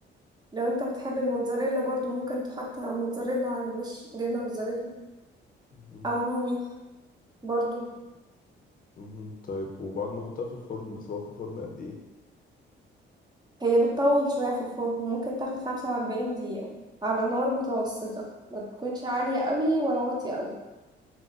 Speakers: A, on the right; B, on the left.
A: لو انت بتحب الموتزاريلا برضو ممكن تحط موتزاريلا على وش جبنة موتزاريلا
B: مهم.
A: أو رومي برضو
B: مهم. طيب وبعد ما احطها في الفرن بسيبها في الفرن قد ايه
A: هي بتطول شوية في الفرن ممكن تاخد خمسة وأربعين دقيقة على نار متوسطة ما تكونش عالية قوي ولا واطية قوي